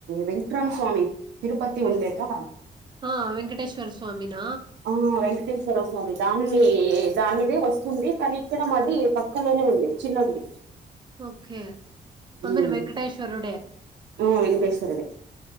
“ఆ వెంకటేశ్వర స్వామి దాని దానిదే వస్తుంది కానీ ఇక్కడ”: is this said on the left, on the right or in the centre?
Right